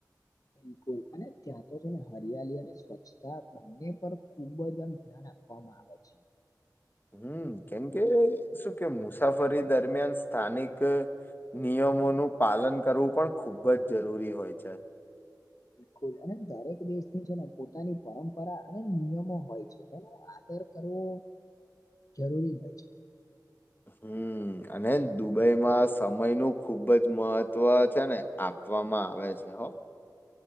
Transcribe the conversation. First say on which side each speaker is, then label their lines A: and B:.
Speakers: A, on the left; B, on the left.
A: બિલકુલ અને ત્યાં તો છે ને હરિયાલી અને સ્વચ્છતા બંને પર ખુબજ એમ ધ્યાન આપ પવામાં આવે છે.
B: હમ કેમકે શું કે મુસાફરી દરમિયાન સ્થાનિક નિયમોનું પાલન કરવું પણ ખૂબજ જરૂરી હોય છે.
A: બિલકુલ અને દરેક દેશની છે ને પોતાની પરંપરા અને નિયમો હોય છે તેનું આ દર કરવો જરૂરી હોય છે.
B: હમ અને દુબઈમાં સમયનુ ખુબજ મહત્વ છે ને આપ આપવામાં આવે છે હ